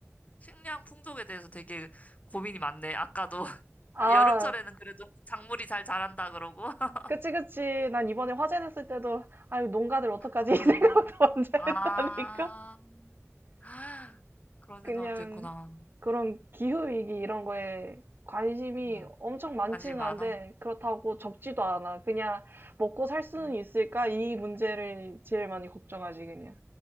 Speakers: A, on the left; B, on the right.
A: 식량 풍족에 대해서 되게 고민이 많네. 아까도. <laughs>
B: 아,
A: 아, 여름철에는 그래도 작물이 잘 자란다 그러고. <laughs>
B: 그치, 그치. 난 이번에 화재 났을 때도, 아유, 농가들 어떡하지?
A: 아,
B: <laughs> 이 생각도 먼저
A: 아,
B: 했다니까.
A: <gasps> 아, 그런
B: 그냥
A: 생각을 또 했구나.
B: 그런 기후위기 이런 거에 관심이
A: 응,
B: 엄청 많지는
A: 관심이 많아.
B: 않은데 그렇다고 적지도 않아. 그냥 먹고 살 수는
A: 음.
B: 있을까? 이 문제를 제일 많이 걱정하지, 그냥.